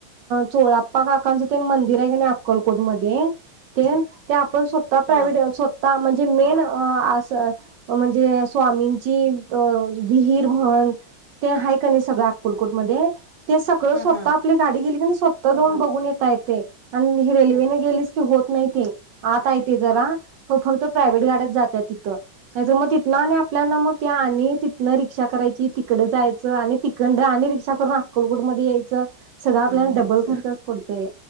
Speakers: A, on the right; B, on the left.
A: चोळाप्पा काकांच तेन मंदिर आहे का नाही अक्कलकोट मध्ये तेन आपण स्वतः प्रायव्हेट
B: हा
A: स्वतः जे मेन अस. म्हणजे. स्वामींची विहीर म्हण ते आहे का नाही सगळ अक्कलकोट मध्ये. ते सगळं
B: हा
A: स्वतः
B: हा
A: आपली गाडी गेली काने स्वतः जाऊन बघून येता येतय. आणि ही रेल्वेने
B: अच्छा
A: गेलीस की होत नाही. हम्म, आत आहे ते जरा फक्त प्रायव्हेट गाड्या जात्यात तिथं नाही तर म तिथन आणि आप आपल्याला म ते आणि तिथनं रिक्षा करायची तिकड जायचं आणि तिकंड आणि रिक्षा करून अक्कलकोट मध्ये यायचं. सगळं आपल्याला
B: आणिच
A: डबल खर्चचा पडतोय.